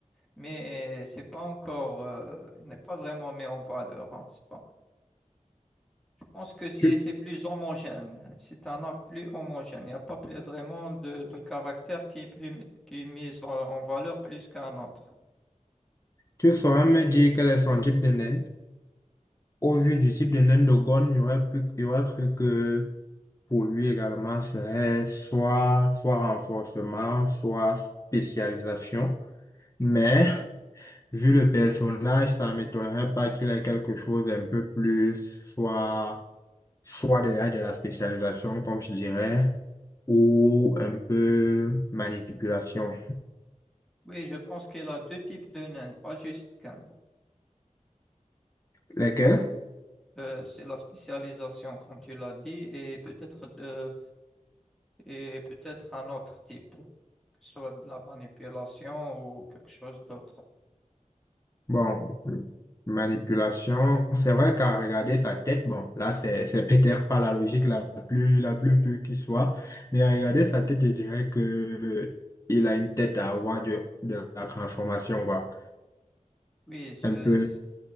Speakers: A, in the centre; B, on the left (about 25°).
A: mais c'est pas encore, euh, il n'est pas vraiment mis en valeur. hein. C'est pas pense que c'est
B: Tu,
A: c'est plus homogène. C'est un arc plus homogène. Il n'y a pas plus vraiment de, de caractère qui est plus qui est mis en, en valeur plus qu'un autre.
B: tu saurais me dire quel est son type de naine? Au vu du type de naine de Gon, j'aurais pu, j'aurais cru que pour lui également, c'est soit, soit renforcement, soit spécialisation. Mais vu le personnage, ça ne m'étonnerait pas qu'il ait quelque chose un peu plus, soit soit de la, de la spécialisation, comme je dirais, ou un peu manipulation.
A: Oui, je pense qu'il a deux types de nains, pas juste qu'un.
B: Lesquels?
A: Euh, c'est la spécialisation, comme tu l'as dit, et peut-être de et peut-être un autre type, que ce soit de la manipulation ou quelque chose d'autre.
B: Bon, euh, manipulation, c'est vrai qu'à regarder sa tête, bon, là, c'est, c'est peut-être pas la logique la plus, la plus pure qui soit, mais à regarder sa tête, je dirais que euh, il a une tête à avoir de, de la transformation, quoi.
A: Oui, je,
B: Un peu
A: c'est-